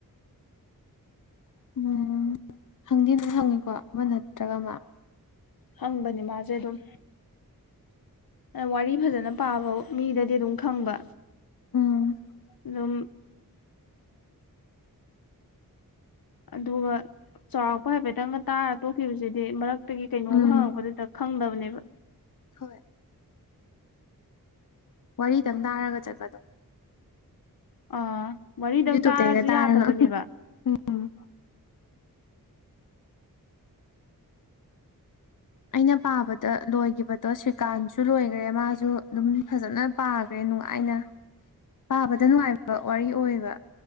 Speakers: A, on the left (about 60°); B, on the left (about 75°).
A: ꯎꯝ ꯍꯪꯗꯤ ꯑꯗꯨꯝ ꯍꯪꯉꯤꯀꯣ ꯑꯃ ꯅꯠꯇ꯭ꯔꯒ ꯑꯃ
B: ꯍꯪꯕꯅꯤ ꯃꯥꯁꯦ ꯑꯗꯨꯝ ꯋꯥꯔꯤ ꯐꯖꯅ ꯄꯥꯕ ꯃꯤꯗꯗꯤ ꯑꯗꯨꯝ ꯈꯪꯕ
A: ꯎꯝ
B: ꯑꯗꯨꯝ ꯑꯗꯨꯒ ꯆꯥꯎꯔꯥꯛꯄ ꯍꯥꯏꯐꯦꯠꯇꯪꯒ ꯇꯥꯔ ꯇꯣꯛꯈꯤꯕꯁꯤꯗꯤ ꯃꯔꯛꯇꯒꯤ ꯀꯩꯅꯣꯝ
A: ꯎꯝ
B: ꯍꯪꯉꯛꯄꯗꯗ ꯈꯪꯗꯕꯅꯦꯕ
A: ꯍꯣꯏ ꯋꯥꯔꯤꯗꯪ ꯇꯥꯔꯒ ꯆꯠꯄꯗꯣ
B: ꯑꯥ ꯋꯥꯔꯤꯗꯪ
A: ꯌꯨꯇꯨꯕꯇꯩꯒ
B: ꯇꯥꯔꯁꯨ
A: ꯇꯥꯔꯒ
B: ꯌꯥꯗꯕꯅꯦꯕ
A: ꯎꯝ ꯑꯩꯅ ꯄꯥꯕꯗ ꯂꯣꯏꯈꯤꯕꯗꯣ ꯁ꯭ꯔꯤꯀꯥꯟꯁꯨ ꯂꯣꯏꯈ꯭ꯔꯦ ꯃꯥꯁꯨ ꯑꯗꯨꯝ ꯐꯖꯅ ꯄꯥꯈ꯭ꯔꯦ ꯅꯨꯡꯉꯥꯏꯅ ꯄꯥꯕꯗ ꯅꯨꯡꯉꯥꯏꯕ ꯋꯥꯔꯤ ꯑꯣꯏꯌꯦꯕ